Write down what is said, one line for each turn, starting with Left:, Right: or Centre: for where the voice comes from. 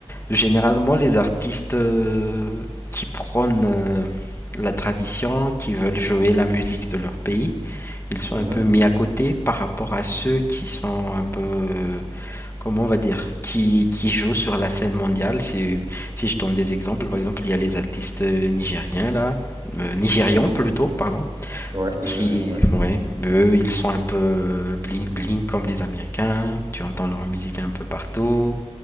Left: Généralement, les artistes euh, qui prônent euh, la tradition, qui veulent jouer la musique de leur pays, ils sont
Right: mhm,
Left: un peu mis à côté par rapport à ceux qui sont un peu, euh, comment on va dire, qui, qui jouent sur la scène mondiale. Si, si je donne des exemples, par exemple, il y a les artistes euh, nigériens là, euh, nigérians
Right: mhm.
Left: plutôt, pardon,
Right: Ouais, nigérian,
Left: qui,
Right: ouais.
Left: ouais, eux, ils sont un peu euh, bling bling comme les Américains. Tu entends leur musique un peu partout.